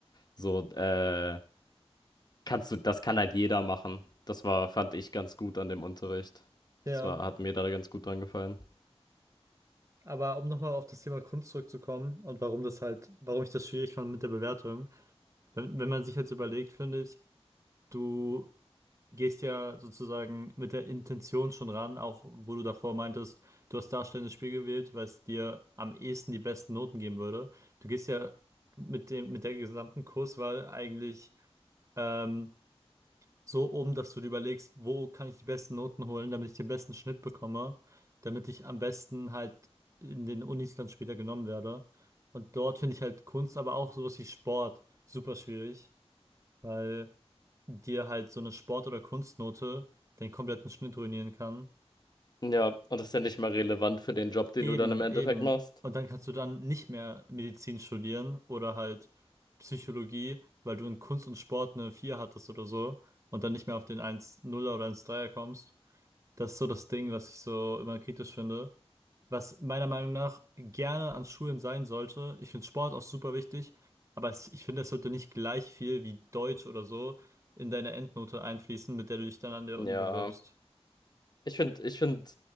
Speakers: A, on the left (about 40°); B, on the right (about 30°).
A: So, äh, kannst du, das kann halt jeder machen. Das war, fand ich ganz gut an dem Unterricht.
B: Ja,
A: Das war, hat mir da ganz gut dran gefallen.
B: aber um nochmal auf das Thema Kunst zurückzukommen und warum das halt, warum ich das schwierig fand mit der Bewertung. Wenn, wenn man sich jetzt überlegt, finde ich, du gehst ja sozusagen mit der Intention schon ran, auch wo du davor meintest, du hast darstellendes Spiel gewählt, weil es dir am ehesten die besten Noten geben würde. Du gehst ja mit dem, mit der gesamten Kurswahl eigentlich ähm, so um, dass du dir überlegst, wo kann ich die besten Noten holen, damit ich den besten Schnitt bekomme, damit ich am besten halt in den Unis dann später genommen werde. Und dort finde ich halt Kunst, aber auch sowas wie Sport super schwierig weil dir halt so eine Sport- oder Kunstnote den kompletten Schnitt ruinieren kann.
A: Ja, und das ist ja nicht mal relevant für den Job, den
B: Eben,
A: du dann im Endeffekt
B: eben.
A: machst.
B: Und dann kannst du dann nicht mehr Medizin studieren oder halt Psychologie, weil du in Kunst und Sport eine 4 hattest oder so und dann nicht mehr auf den eins 0 er oder eins 3 er kommst. Das ist so das Ding, was ich so immer kritisch finde. was meiner Meinung nach gerne an Schulen sein sollte. Ich finde Sport auch super wichtig, aber es, ich finde, es sollte nicht gleich viel wie Deutsch oder so in deine Endnote einfließen, mit der du dich dann an der
A: Ja,
B: Uni bewirbst.
A: ich finde, ich finde